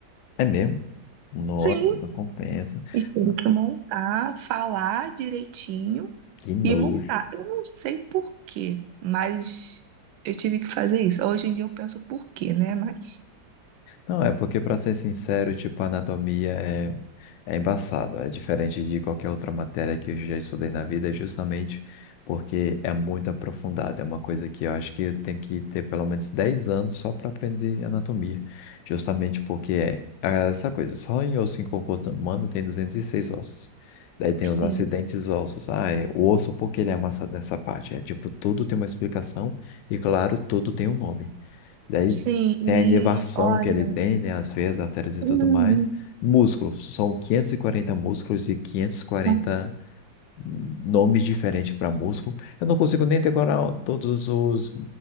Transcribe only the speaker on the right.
Sim,
a gente teve
que montar, falar direitinho
e montar. Eu não sei por quê, mas eu tive que fazer isso. Hoje em dia eu penso por quê, né? Mas
sim,
sim,
e
olha,
<laughs> hum,
nossa,